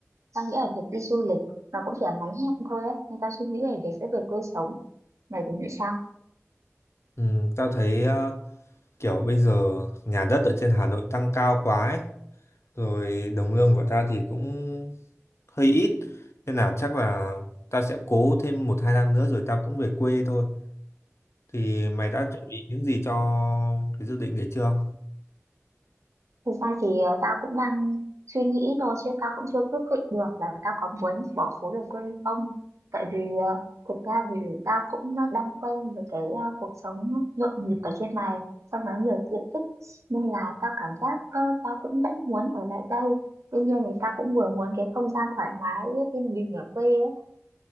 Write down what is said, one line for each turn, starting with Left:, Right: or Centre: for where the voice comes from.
Right: tao nghĩ là việc đi du lịch nó cũng chỉ là ngắn hạn thôi á nên tao suy nghĩ là việc sẽ về quê sống mày thì nghĩ sao?
Left: Ừ, tao thấy ờ, kiểu bây giờ nhà đất ở trên Hà Nội tăng cao quá ấy. Rồi đồng lương của tao thì cũng hơi ít. Nên là chắc là tao sẽ cố thêm một hai năm nữa rồi tao cũng về quê thôi. Thì mày đã chuẩn bị những gì cho cái dự định đấy chưa?
Right: Thực ra thì ờ, tao cũng đang suy nghĩ thôi chứ tao cũng chưa quyết định được là tao có muốn bỏ phố về quê hay không. Tại vì ờ, thực ra thì tao cũng ờ, đang quen với cái ờ, cuộc sống nhộn nhịp ở trên này, sau đó nhiều tiện ích nên là tao cảm giác ờ, tao cũng vẫn muốn ở lại đây. Tuy nhiên thì tao cũng vừa muốn cái không gian thoải mái yên bình ở quê ấy.